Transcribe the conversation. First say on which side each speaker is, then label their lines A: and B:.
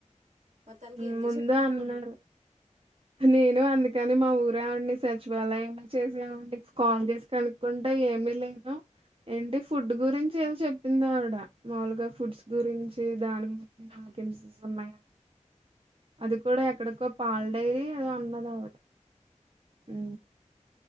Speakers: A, on the right; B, on the right.
A: మరి తనకి
B: ఊమ్
A: ఎందుకు
B: ముందు
A: చెప్పిందో
B: అన్నాడు
A: ఆవిడ
B: నేను అందుకని మా ఊర్ అవిడ నీ సచివాలయం మ చేసినని కాల్ చేసి కనుక్కుంటే ఏమి లేదు ఏంటి ఫుడ్ గురించి ఏదో చెప్పిందా ఆవిడ మాములుగా ఫుడ్స్ గురించి దాని గురించి <unintelligible> అది కూడా ఎక్ ఇక్కడికో పాల్ డైరీ ఏదో అన్నద ఆవిడ ఉ